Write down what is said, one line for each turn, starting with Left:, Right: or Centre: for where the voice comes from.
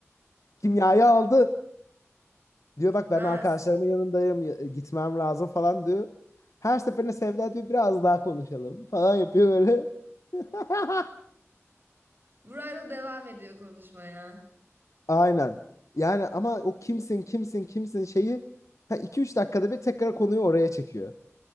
Left: Kimyayı aldı. Diyor
Right: gitmez.
Left: bak ben arkadaşlarımın yanındayım ya- gitmem lazım falan diyor. Her seferinde Sevda diyor biraz daha konuşalım falan yapıyor böyle. <laughs>
Right: Burayla devam ediyor konuşmaya.
Left: Aynen. Yani ama o kimsin kimsin kimsin şeyi ha, iki üç dakikada bir tekrar konuyu oraya çekiyor.